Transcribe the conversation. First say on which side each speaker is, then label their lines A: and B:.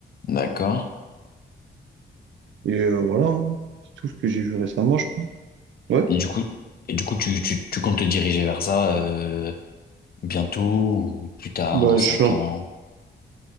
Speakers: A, on the left; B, on the right.
A: d'accord.
B: et euh, voilà, hein. c'est tout ce que j'ai vu récemment, je pense. Ouais,
A: Et du coup, et du coup, tu, tu, tu comptes te diriger vers ça, euh, bientôt ou plus tard,
B: bah,
A: dans cinq
B: je suis un-
A: ans?